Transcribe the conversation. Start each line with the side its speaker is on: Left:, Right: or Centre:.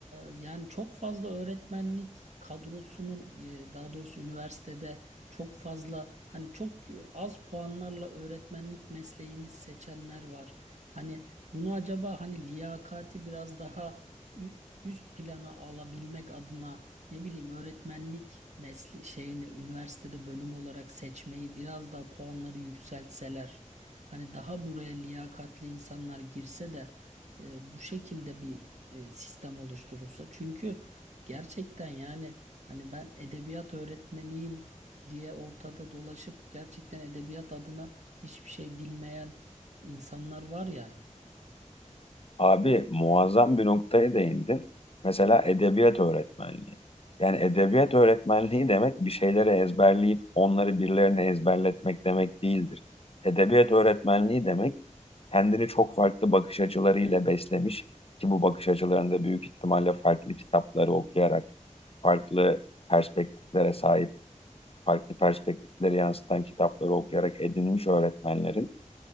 Right: yani çok fazla öğretmenlik kadrosunun e, daha doğrusu üniversitede çok fazla hani çok e, az puanlarla öğretmenlik mesleğini seçenler var. Hani bunu acaba hani liyakati biraz daha ü- üst plana alabilmek adına ne bileyim öğretmenlik mesle şeyine üniversitede bölüm olarak seçmeyi biraz daha puanları yükseltseler hani daha buraya liyakatli insanlar girse de e, bu şekilde bir e, sistem oluşturulsa çünkü gerçekten yani hani ben edebiyat öğretmeniyim diye ortada dolaşıp gerçekten edebiyat adına hiçbir şey bilmeyen insanlar var yani.
Left: Abi muazzam bir noktaya değindin. Mesela edebiyat öğretmenliği. Yani edebiyat öğretmenliği demek bir şeyleri ezberleyip onları birilerine ezberletmek demek değildir. Edebiyat öğretmenliği demek kendini çok farklı bakış açılarıyla beslemiş ki bu bakış açılarında büyük ihtimalle farklı kitapları okuyarak, farklı perspektiflere sahip, farklı perspektifleri yansıtan kitapları okuyarak edinmiş öğretmenlerin